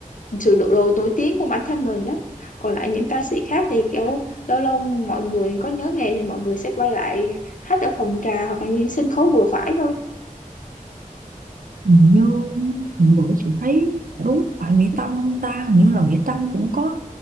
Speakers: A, on the left (about 65°); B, on the right (about 75°).
A: sự độ, độ nổi tiếng của bản thân mình á còn lại những ca sĩ khác thì kiểu lâu lâu mọi người có nhớ nghề thì mọi người sẽ quay lại hát ở phòng trà hoặc là những sân khấu vừa phải thôi
B: hình như hôm bữa chị thấy đúng phải Mỹ Tâm không ta hình như là Mỹ Tâm cũng có